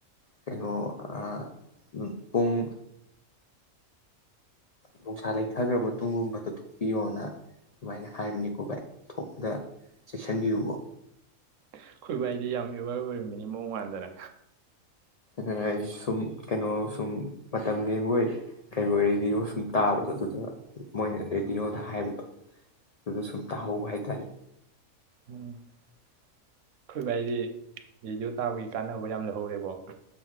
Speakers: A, on the left; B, on the right.
A: ꯀꯩꯅꯣ ꯑꯥ ꯄꯨꯡ ꯅꯨꯡꯁꯥ ꯂꯩꯊꯒ꯭ꯔꯥꯕ ꯇꯨꯡꯒꯨꯝꯕꯗ ꯊꯣꯛꯄꯤꯌꯣꯅ ꯑꯗꯨꯃꯥꯏꯅ ꯍꯥꯏꯕꯅꯤꯀꯣ ꯚꯥꯏ ꯊꯣꯛꯄꯗ ꯆꯦꯛꯁꯤꯟꯕꯤꯌꯨꯀꯣ
B: ꯑꯩꯈꯣꯏ ꯚꯥꯏꯗꯤ ꯌꯥꯝ ꯑꯦꯋꯦ꯭ꯔ ꯑꯣꯏꯔꯝꯃꯤ ꯃꯑꯣꯡ ꯃꯥꯟꯗꯅ
A: ꯒꯔꯥꯏ ꯁꯨꯝ ꯀꯩꯅꯣ ꯁꯨꯝ ꯃꯇꯝ ꯂꯦꯟꯕꯣꯏ ꯀꯩꯕꯣꯏ ꯔꯦꯗꯤꯑꯣ ꯁꯨꯝ ꯇꯥꯕꯗꯣ ꯑꯗꯨꯗ ꯃꯣꯏ ꯔꯦꯗꯤꯑꯣꯗ ꯍꯥꯏꯕꯗꯣ ꯑꯗꯨꯗ ꯁꯨꯝ ꯇꯥꯍꯧꯕ ꯍꯥꯏ ꯇꯥꯔꯦ
B: ꯎꯝ ꯑꯩꯈꯣꯏ ꯚꯥꯏꯗꯤ ꯔꯦꯗꯤꯑꯣ ꯇꯥꯕꯒꯤ ꯀꯥꯟꯅꯕ ꯌꯥꯝ ꯂꯧꯍꯧꯔꯦꯕꯣ